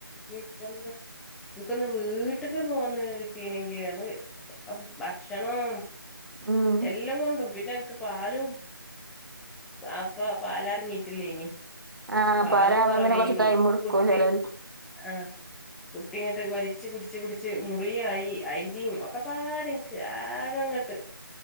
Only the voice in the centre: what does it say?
കൊ <unintelligible> നിനക്കൊന്ന് വീട്ടക്ക് പോന്നന്ന് കിട്ടീനെങ്കിൽ ഭക്ഷണം
എല്ലാം കൊണ്ടും പിന്നെനക് പാലും അപ്പ പാല എറങ്ങിട്ടില്ലേ നി
പാലും
കൊറവേ
നീ.
കുട്ടി
ആഹ് കുട്ടിങ്ങ വലിച്ച് കുടിച്ച് കുടിച്ച് മുറിയായി. അയിൻ്റിം ഒക്കെപാടെൻക്ക് ആകെങ്ങട്ട്,